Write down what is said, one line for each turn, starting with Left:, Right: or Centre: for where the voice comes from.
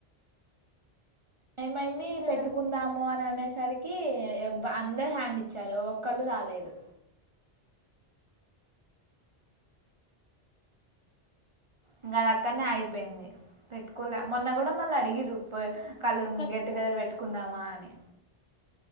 Right: ఏమైంది
Left: గెట్ టుగెదర్
Right: పెట్టుకుందాము అని అనేసరికి అందరు హ్యాండ్ ఇచ్చారు ఒకరు రాలేదు ఇంకా అదిక్కనే ఆగిపోయింది పెట్టుకోలే మొన్న కూడా మళ్ళీ అడిగిరు కళ్ళు
Left: ఒకరి
Right: గెట్టుగెదర్ పెట్టుకుందామా అని